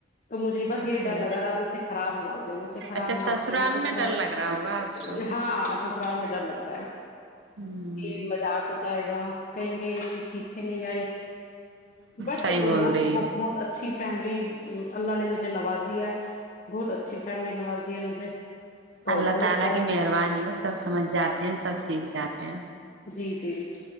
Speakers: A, on the left (about 45°); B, on the right (about 75°).
A: تو مجھے بس
B: اچھا
A: یہ ڈر
B: جی
A: لگا رہا مجھ سے خراب نہ ہو جائے مجھ سے خراب
B: اچھا سسرال
A: نہ ہو جائے مجھ سے
B: میں
A: خراب
B: ڈر لگ رہا ہوگا آپ کو
A: ہاں ر میں ڈر لگتا ہے
B: ہ
A: یہ مذاق جائے گا کہیں گے سیکھ کے نہیں آئی بٹ
B: صحیح
A: وہ
B: بول
A: بہت
B: رہی ہے
A: بہت اچھی فیملی ا اللہ نے مجھے نوازیا ہے بہت اچھی فیملی نوازی ہے مجھے تو
B: اللہ
A: بہت
B: تعا لا
A: کو
B: کی مہربانی ہو سب سمجھ جاتے ہیں سب سیکھ جاتے ہیں
A: جی جی